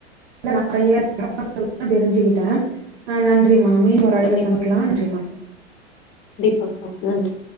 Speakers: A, on the right; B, on the left.
A: நறையா தெரிஞ்சுக்கிட்டேன ஆ நன்றிம்மா இன்னொரு அழைப்புல
B: கண்டிப்பாங்க்கா
A: சந்திக்கலா நன்றிமா
B: பாக்கா நன்றி